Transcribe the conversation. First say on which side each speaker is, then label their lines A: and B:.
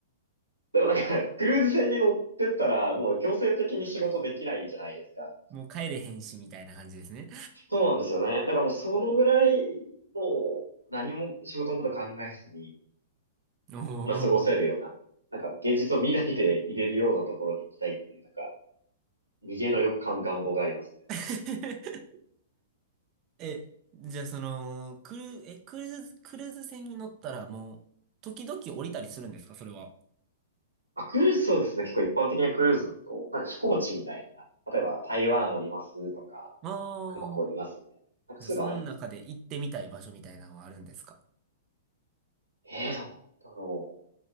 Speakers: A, on the right; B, on the right.
A: でもなんか、クルーズ船に乗ってったら、もう強制的に仕事できないじゃないですか。
B: もう帰れへんしみたいな感じですね。
A: そうなんですよね。だからもうそのぐらい、もう何も仕事のこと考えずに、
B: お
A: まあ過ごせるような、
B: ー。
A: なんか現実を見ないで入れるようなところに行きたいっていう、なんか逃げの欲感、願望がありますね。
B: <laughs> え、じゃあその、クル、え、クルーズ、クルーズ船に乗ったらもう時々降りたりするんですか、それは。
A: あ、クルーズそうですね。結構一般的なクルーズだと、なんか飛行地みたいな、例えば台湾おりますとか、
B: ああ
A: 韓国おりますみたいな、なんかそういうのはあります。
B: じゃあ、その中で行ってみたい場所みたいなのはあるんですか
A: ええー、どうなんだろ